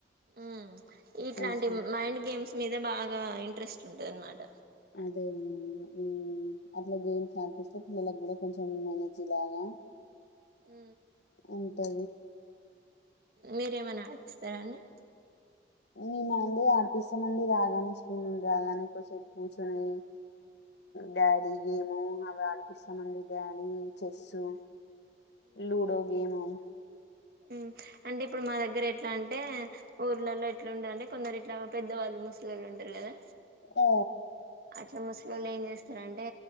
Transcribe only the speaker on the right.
ఉ ఇట్లాంటి
మైండ్ గేమ్స్ మీద బాగా ఇంట్రెస్ట్ ఉంటుందనమాట
ఉ
మీరేమనా ఆడిపిస్తారా అండి
ఉ అంటే ఇప్పుడు మా దగ్గర ఎట్లా అంటే ఊర్లలో ఎట్లాంటంది అంటే కొందరు ఇట్లా పెద్దవాళ్ళు ముసలళ్ళు ఉంటారు కదా
అట్లా ముసలోల్లు ఏం జేస్తారంటే